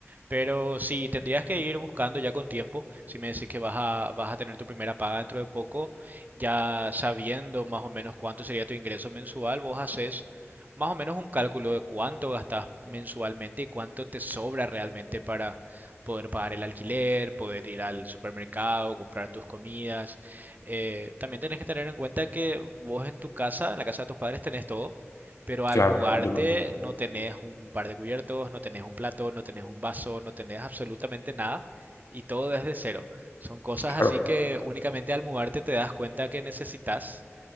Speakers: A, on the right; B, on the left.
A: Pero sí, tendrías que ir buscando ya con tiempo. Si me decís que vas a, vas a tener tu primera paga dentro de poco, ya sabiendo más o menos cuánto sería tu ingreso mensual, vos haces más o menos un cálculo de cuánto gastas mensualmente y cuánto te sobra realmente para poder pagar el alquiler, poder ir al supermercado, comprar tus comidas. Eh, también tenés que tener en cuenta que vos en tu casa, en la casa de tus padres, tenés todo. Pero al
B: Claro,
A: mudarte
B: yo no,
A: no tenés un par de cubiertos, no tenés un plato, no tenés un vaso, no tenés absolutamente nada y todo desde cero. Son cosas
B: claro.
A: así que únicamente al mudarte te das cuenta que necesitas